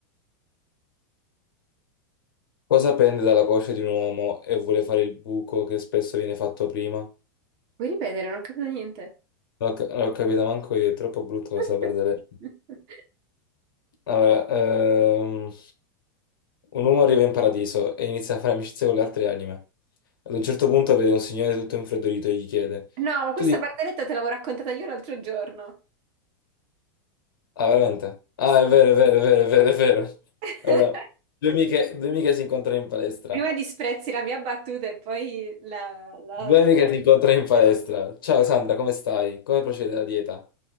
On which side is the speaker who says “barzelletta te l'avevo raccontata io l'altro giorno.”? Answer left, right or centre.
Right